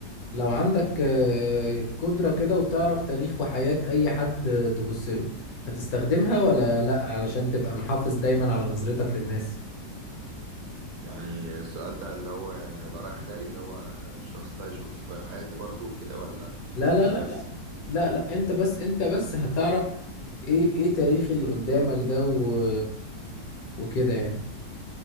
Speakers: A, on the left; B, on the right.
A: لو عندك آه، قدرة كده وتعرف تاريخ وحياة أي حد آه، تبص له هتستخدمها ولا لأ علشان تبقى محافظ دايما على نظرتك للناس
B: يعني السؤال ده اللي هو يعني هيبقى رايح جاي اللي هو الشخص ده هيشوف حياتي برضو وكده ولا
A: لا لا
B: ولا
A: لا
B: انا بس
A: لا لا لا انت بس انت بس هتعرف ايه ايه تاريخ اللي قدامك ده و... وكده يعني